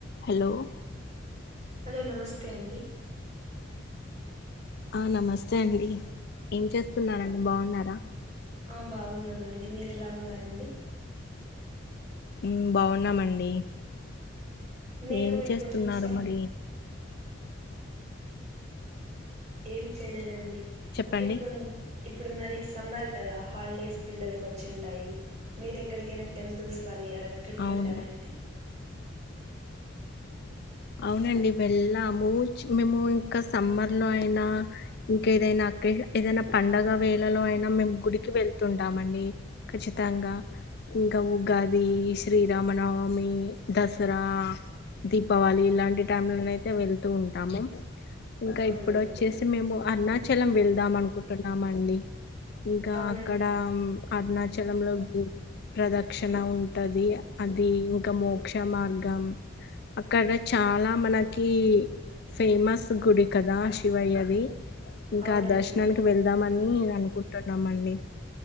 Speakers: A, on the left (about 55°); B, on the right (about 35°).
A: Hello
B: hello నమస్తే అండి
A: ఆ నమస్తే అండి ఏం చేస్తున్నారన్ బాగున్నారా
B: ఆ బాగున్నమండి మీరెలా ఉన్నారండి
A: మ్మ్ బాగున్నామండి
B: మీరు
A: ఏం
B: ఇప్పుడు
A: చేస్తున్నారు
B: సమ్
A: మరి
B: ఏం చెయ్లేదా అండి
A: చెప్పండి
B: ఇప్పుడుం ఇప్పుడు మరి సమ్మర్ కదా హాలిడేస్ పిల్లలకి వచ్చుంటాయి మీరు ఎక్కడికైనా టెంపుల్స్ కానీ అలా ట్రిప్
A: అవును
B: వెళ్ళారా అండి
A: అవునండి వెళ్ళాము మేము ఇంకా సమ్మర్ లో అయినా ఇంకేదైనా ఏదైనా పండగ వేళలో అయినా మేం గుడికి వెళ్తుంటామండి కచ్చితంగా ఇంక ఉగాది శ్రీరామనవమి దసరా దీ పవాలి ఇలాంటి టైం లోనైతే వెళ్తూ ఉంటాము ఇంక
B: అవునా
A: ఇప్పుడు
B: అండి
A: వచ్చేసి మేము అన్న చలం వెళ్దాం అనుకుంటున్నామండి ఇంకా
B: అవునండి
A: అక్కడ అరుణాచలంలో ప్రదక్షిణ ఉంటది అది ఇంక మోక్ష మార్గం అక్కడ చాలా మనకి ఫేమస్ గుడి కదా శివయ్యది ఇంకా
B: అవునండి
A: దష్నానికి వెళ్దామని అనుకుంటున్నామండి